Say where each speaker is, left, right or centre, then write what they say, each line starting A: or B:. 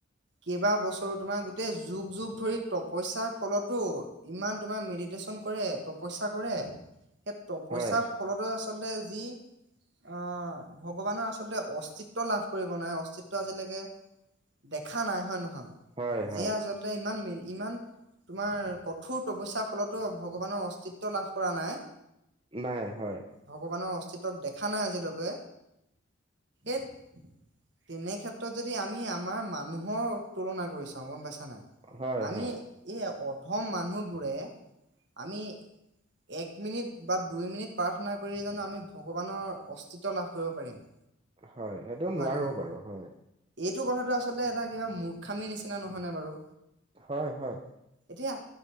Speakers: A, on the right; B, on the right.
A: কেইবা বছৰো তোমাৰ গোটেই যুগ যুগ ধৰি তপ। তপস্যাৰ ফলতো ইমান তোমাৰ মেডিটেশচন কৰে তপস্যা কৰে। সেই তপস্যাৰ
B: হয়
A: ফলতে আচলতে যি। অহ' ভগৱানৰ আচলতে অস্তিত্য লাভ কৰিব নোৱাৰে, অস্তিত্ব আজিলৈকে। দেখা নাই হয় নহয়
B: হয় হয়
A: যিয়ে আচলতে ইমান ম ইমান তোমাৰ কঠোৰ তপস্যৰ ফলতো ভগৱানৰ অস্তিত্ব লাভ কৰা নাই।
B: নাই হয়
A: ভগৱানৰ অস্তিত্বক দেখা নাই আজিলৈকে। এক তেনে ক্ষেত্ৰত যদি আমি আমাৰ মানুহৰ তুলনা কৰি চাও গম পাইছা হয় নাই,
B: হয়
A: আমি
B: হয়
A: এই অধম মানুহবোৰে আমি এক মিনিট বা দুই মিনিট প্ৰাৰ্থনা কৰি জানো আমি ভগৱানৰ অস্তিত্ব লাভ কৰিব পাৰিম।
B: হয়, সেইটো
A: হয়
B: নোৱাৰো
A: নহয়
B: বাৰু, হয়।
A: এইটো কথাটো আচলতে এটা কিবা মূৰ্খামীৰ নিচিনা নহয়নে বাৰু।
B: হয়, হয়।
A: এতিয়া।